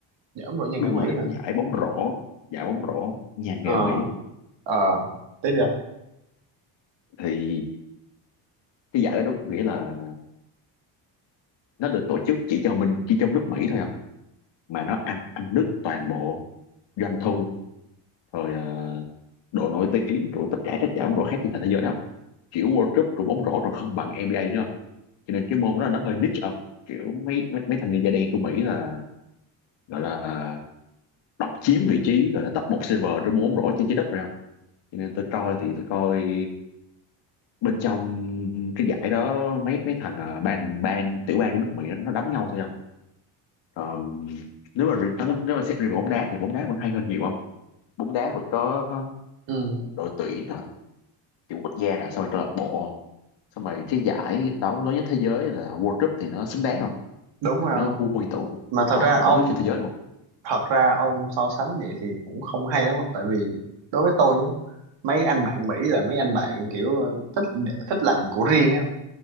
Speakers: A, on the right; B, on the left.
A: giải ông đội nhà
B: đúng
A: nghề Mỹ
B: rồi
A: hả
B: giải bóng rổ giải bóng rổ nhà nghề
A: ờ
B: Mỹ
A: ờ tiếp rồi
B: thì cái giải đó đúng nghĩa là nó được tổ chức chỉ cho mình chỉ trong nước Mỹ thôi không mà nó ăn ăn đứt toàn bộ doanh thu rồi ờ, độ nổi tiếng của tất cả các giải bóng rổ khác trên toàn thế giới không kiểu World Cup rồi bóng rổ còn không bằng NBA nữa không cho nên cái môn đó nó hơi niche không kiểu mấy mấy, mấy thanh niên da đen của Mỹ là gọi là độc chiếm vị trí gọi là top một server trong môn bóng rổ trên trái đất rồi không cho nên tôi coi thì tôi coi bên trong cái giải đó mấy mấy thằng ờ, ban ban tiểu bang của nước Mỹ nó, nó đấm nhau thôi không còn nếu mà re- nếu mà xét riêng về bóng đá thì bóng đá vẫn hay hơn nhiều không bóng đá vẫn có
A: ừ,
B: đội tuyển nè kiểu quốc gia nè xong rồi câu lạc bộ xong rồi cái giải đấu lớn nhất thế giới là World Cup thì nó xứng đáng không
A: đúng
B: tại
A: rồi
B: vì nó
A: không
B: quy tụ
A: mà thật
B: toàn
A: ra
B: bộ
A: ông
B: các nước trên thế giới đúng không
A: thật ra ông so sánh vậy thì cũng không hay lắm ông tại vì đối với tôi nhá, mấy anh bạn Mỹ là mấy anh bạn kiểu ờ, thích để- thích làm của riêng ấy không